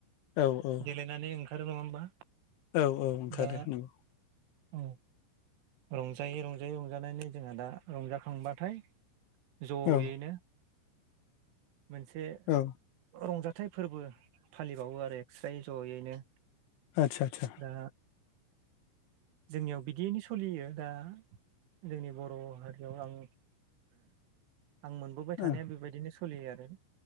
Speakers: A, on the left; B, on the right.
A: औ औ
B: देलायनानै ओंखारो नङा होमबा
A: औ औ ओंखारो
B: दा
A: नंगौ।
B: औ रंजायै रंजायै रंजानानै जोंहा दा रंजाखांबाथाय ज'यैनो
A: औ
B: मोनसे
A: औ
B: रंजाथाइ फोरबो फालिबावो आरो एक्स्रायै जयैनो।
A: आतसा आतसा।
B: दा जोंनियाव बिदियैनो सलियो। दा जोंनि बर हारियाव आं आं मोनबोबाय
A: ओ
B: थानाया बेबायदिनो सलियो आरो